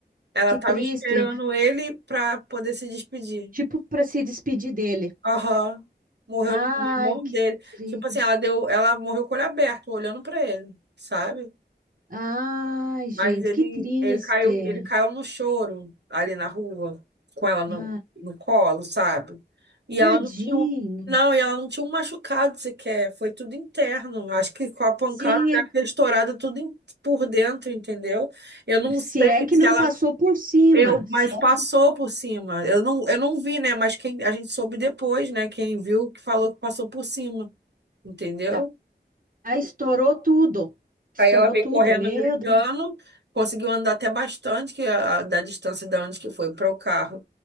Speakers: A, on the right; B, on the right.
A: ela
B: que
A: tava
B: triste.
A: esperando ele pra poder se despedir.
B: Tipo, para se despedir dele.
A: Aham. Morreu
B: Ai,
A: na na mão
B: que
A: dele.
B: triste.
A: Tipo assim, ela deu, ela morreu com o olho aberto, olhando pra ele, sabe?
B: Ai, gente,
A: Mas ele,
B: que triste.
A: ele caiu, ele caiu no choro ali na rua, com ela no,
B: Ai.
A: no colo, sabe? E
B: Tadinho.
A: ela não tinha, um- não, e ela não tinha um machucado sequer, foi tudo interno. Acho que com a pancada
B: Sim, ele-
A: deve ter estourado tudo em- por dentro, entendeu? Eu não
B: se
A: sei
B: é que
A: se
B: não
A: ela,
B: passou por cima,
A: eu,
B: se
A: mas passou
B: é que
A: por cima. Eu não, eu não vi, né? Mas quem a gente soube depois, né? Quem viu que falou que passou por cima, entendeu?
B: ah, ah, estourou tudo. Estourou
A: Aí ela veio
B: tudo,
A: correndo,
B: meu
A: gritando,
B: Deus.
A: conseguiu andar até bastante, que a, a- da distância da onde que foi para o carro.